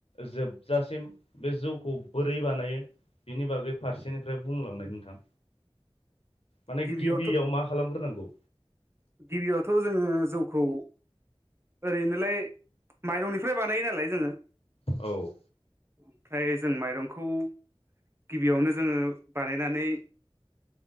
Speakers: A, on the left (about 70°); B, on the right (about 25°).
A: जोबजासिम बे जौखौ बोरै बानायो बिनि बागै फारसेनिफ्राय बुंलांनाय नोंथां। माने
B: गिबियावथ'
A: गिबियाव मा खालामग्रोनांगौ?
B: गिबियावथ' जोङो जौखौ ओरैनोलाय माइरंनिफ्राय बानायो नालाय जोङो।
A: औ।
B: ओमफ्राय जों माइरंखौ गिबियावनो जोङो बानायनानै